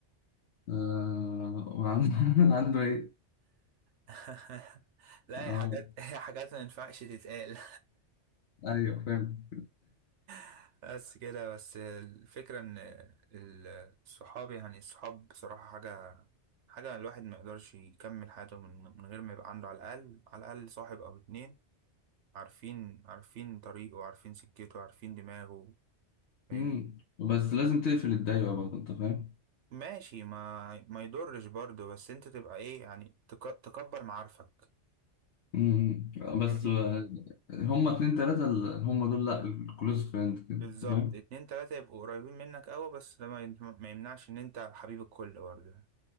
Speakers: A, on the left (about 65°); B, on the right (about 75°).
A: آه وعنده <laughs> عنده ايه
B: <laughs> لا
A: اه
B: هي حاجات هي حاجات ما ينفعش تتقال
A: ايوه فاهم
B: <laughs> بس كده بس الفكرة إن ال- الصحاب يعني الصحاب بصراحة حاجة حاجة الواحد ما يقدرش يكمل حياته من من غير ما يبقى عنده على الأقل على الأقل صاحب أو اتنين عارفين عارفين طريقه عارفين سكته عارفين دماغه فاهمني
A: مم. بس لازم تقفل الدايرة برضه انت فاهم
B: ماشي ما ما يضرش برضه بس انت تبقى ايه يعني تك... تكبر معارفك
A: مم. بس
B: فاهمني
A: آه، هما اتنين تلاتة ال- هما دول لا الكلوز فريند كده
B: بالظبط
A: انت فاهم
B: اتنين تلاتة يبقوا قريبين منك قوي بس ده ما, ين- ما يمنعش ان انت حبيب الكل برضه